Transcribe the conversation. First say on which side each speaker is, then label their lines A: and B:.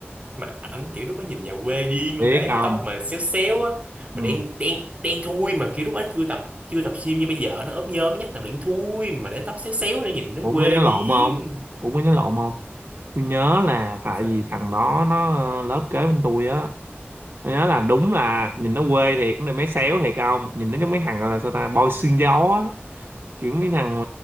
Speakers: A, on the right; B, on the right.
A: mà ảnh kiểu lúc đó nhìn nhà quê điên
B: biết
A: luôn để
B: không?
A: tóc mà xéo xéo á mà
B: Ừ.
A: đen đen đen thui mà kiểu lúc đó chưa tập chưa tập gym như bây giờ nó ốp nhôm nhắc làm đen thui mà để tóc xéo xéo nữa nhìn nó
B: Ủa,
A: quê
B: ông có nhớ
A: điên
B: lộn không? Ủa, có nhớ lộn không? Tôi nhớ là tại
A: Sao?
B: vì thằng đó nó ờ, lớp kế bên tôi á. Tôi nhớ là đúng là nhìn nó quê thiệt, nó mấy xéo thiệt không? Nhìn nó giống mấy thằng gọi là sao ta, boy xương gió á. Kiểu mấy thằng